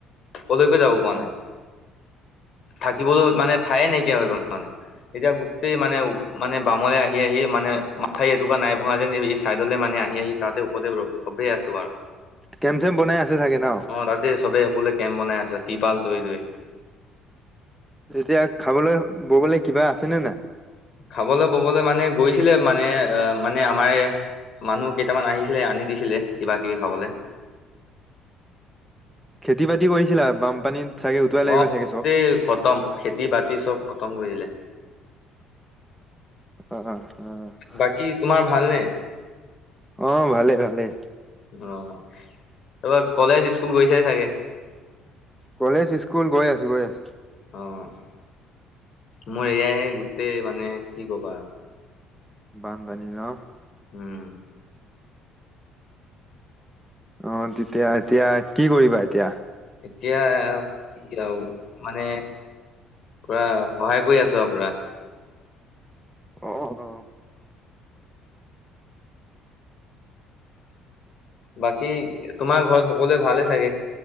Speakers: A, on the left; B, in the centre.
A: কলৈকো যাব পৰা
B: অ'।
A: নাই। থাকিবলেও মানে ঠায়ে নাইকিয়া হৈ গ'ল মানে, এতিয়া গোটেই মানে মানে বামলৈ আহি আহি মানে মাথাউৰি এটুকুৰা নাই ভঙা যে চাইদলে মানে আহি আহি তাতে উপৰতে ৰখ চবেই আছো আৰু।
B: কেম চেম বনাই আছে চাগে ন'?
A: অ', তাতে চবে সকলোৱে কেম্প বনাই আছে টিৰপাল তৰি তৰি।
B: এতিয়া খাবলৈ ববলৈ কিবা আছেনে নাই?
A: খাবলে ববলে মানে গৈছিলে মানে অ', মানে আমাৰে মানুহ কেইটামান আহিছিলে আনি দিছিলে কিবা কিবি খাবলে।
B: খেতি বাতি কৰিছিলা বানপানীত? চাগে উটুৱাই লাগি
A: অ',
B: গ'ল চাগে
A: গোটেই
B: চব
A: খতম খেতি বাতি চব খতম কৰি দিলে।
B: অ অ অ
A: বাকী তোমাৰ ভালনে?
B: অ', ভালে ভালে।
A: অ', এইবাৰ কলেজ স্কুল গৈছা চাগে।
B: কলেজ স্কুল গৈ আছো গৈ আছো।
A: অ', মই এয়াই গোটেই মানে কি কবা।
B: বান পানী নহ!
A: উম।
B: অ', তেতিয়া এতিয়া কি কৰিবা এতিয়া?
A: এতিয়া কি মানে পুৰা সহায় কৰি আছো আৰু পুৰা।
B: অ', অ'।
A: বাকী তোমাৰ ঘৰত সকলোৱে ভালে চাগে?